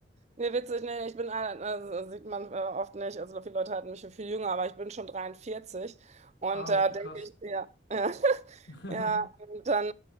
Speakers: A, on the right; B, on the left.
A: Nee, witzig, nee, ich bin, ein- äh, sieht man äh, oft nicht, also viele Leute halten mich für viel jünger, aber ich bin schon 43 und
B: Ah,
A: da
B: okay,
A: äh,
B: krass.
A: denke ich, ja, ja. <laughs>
B: <laughs>
A: Ja, und dann,